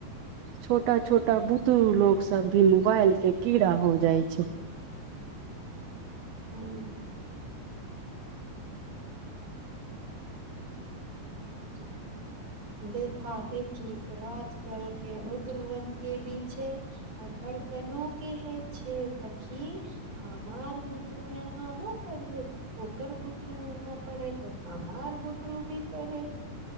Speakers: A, on the right (about 75°); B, on the right (about 40°).
A: छोटा छोटा बुतरु लोग सब भी मोबाइल केँ कीड़ा हो जाइत छैक <inaudible>
B: ह ठीक देखा देखी तो आजकल केँ बुतरुवन केँ बीछे बड़तलू केँ हे छ सखी हमार बुतरु या य न पढ़े ओकर बुतरु वहाँ पढ़े तो हमार बुतरु भी पढ़े